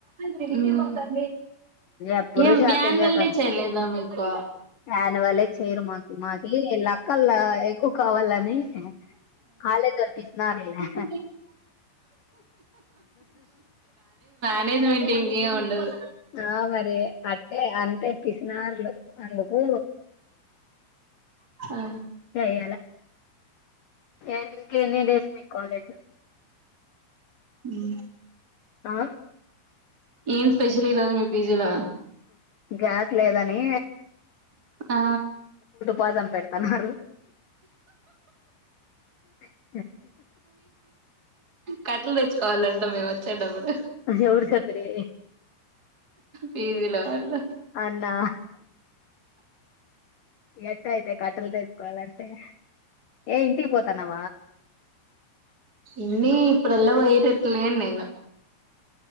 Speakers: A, on the right; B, on the left.
A: ఉ
B: ఎప్పుడు
A: ఏ
B: షాపింగే
A: యాన్యువల్
B: కదా
A: డే చెలేద మీకు
B: యాన్యువలే చేయరు మాకి మాకి లెక్కల్లా ఎక్కువ కావాలని కాలేజ్ వాళ్ళు పిసినారులే
A: హు మనేజ్మెంట్ ఇంకేం ఉండదు
B: ఆ మరి అట్టే అంతే పిసినారులు అందుకు
A: ఆ
B: చేయాల ఇంకేం డేస్మి కాలేజ్
A: హు
B: ఆ
A: ఏం స్పెషల్ ఈ రోజ్ మీ పిజీలా
B: గ్యాస్ లేదని
A: ఆ
B: వాజం పెడుతన్నారు హ
A: కట్టలు తెచ్చుకోవాలంట మేము వచ్చేటప్పుడు
B: ఎవడు చెప్పిరి
A: పీజీ లో వాళ్లు
B: అన్నా ఎట్టు అయితే కట్టలు తెచ్చుకోవాలంటే ఏ ఇంటికి పోతాన్నవ
A: ఇన్ని ఇప్పుడల్లా పోయేటట్లేని నేను